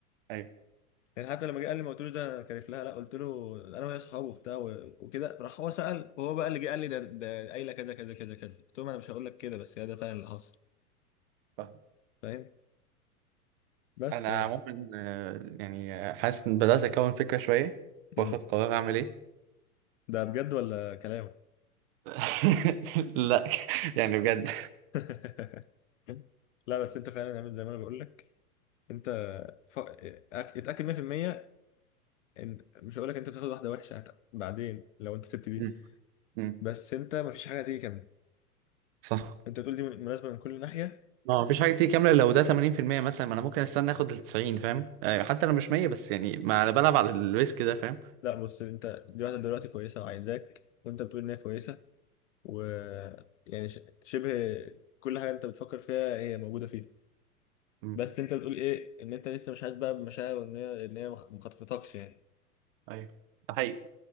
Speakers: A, on the right; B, on the left.
A: ايوه
B: يعني حتى لما جه قال لي ما قلتلوش ده انا كارف لها لا قلت له انا وهي اصحابه وبتاع و- وكده راح هو سال وهو بقى اللي جه قال لي ده ده قايله كذا كذا كذا كذا قلت لهم انا مش هقول لك كده بس هي ده فعلا اللي حصل
A: فاهم
B: فاهم بس
A: انا
B: يعني
A: عموما آه، يعني آه، حاسس ان بدات اكون فكره شويه
B: امم
A: واخد قرار اعمل ايه
B: ده بجد ولا كلام
A: <laughs> لا يعني بجد
B: <laughs> لا بس انت فعلا عامل زي ما انا بقول لك انت ف... أك- اتاكد 100% ان مش هقول لك انت بتاخد واحده وحشه هت... بعدين لو انت سبت دي
A: مم. مم.
B: بس انت مفيش حاجه هتيجي كامله
A: صح
B: انت بتقول دي من- مناسبه من كل ناحيه
A: ما هو مفيش حاجه تيجي كامله لو ده 80% مثلا ما انا ممكن استنى اخد ال 90 فاهم آه، حتى لو مش 100 بس يعني ما انا بلعب على الريسك ده فاهم
B: لا بص انت دي واحده دلوقتي كويسه وعايزاك وانت بتقول ان هي كويسه و يعني ش... شبه كل حاجه انت بتفكر فيها هي موجوده فيها
A: مم.
B: بس انت بتقول ايه ان انت لسه مش حاسس بقى بمشاعر وان هي ان هي مخ- مخطفتكش يعني
A: ايوه ده حقيقي